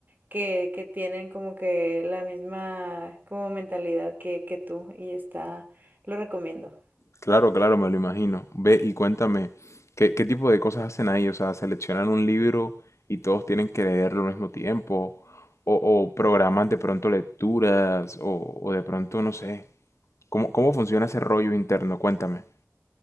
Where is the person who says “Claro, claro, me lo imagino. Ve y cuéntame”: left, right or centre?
Left